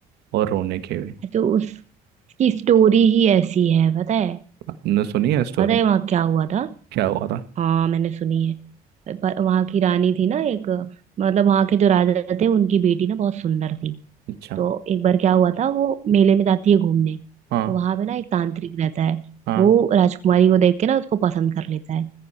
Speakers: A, on the right; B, on the right.
A: और रोने की भी
B: तो उस उसकी स्टोरी ही ऐसी है पता है
A: तुमने सुनी है स्टोरी
B: पता है वहां क्या हुआ था
A: क्या हुआ था
B: हाँ मैंने सुनी है पर वहां की रानी थी ना एक मतलब वहां के जो राजा थे उनकी बेटी ना बहुत सुंदर थी
A: अच्छा
B: तो एक बार क्या हुआ था वो मेले में जाती है घूमने
A: हाँ
B: तो वहां पे ना एक तांत्रिक रहता है
A: हाँ
B: वो राजकुमारी को देख के ना उसको पसंद कर लेता है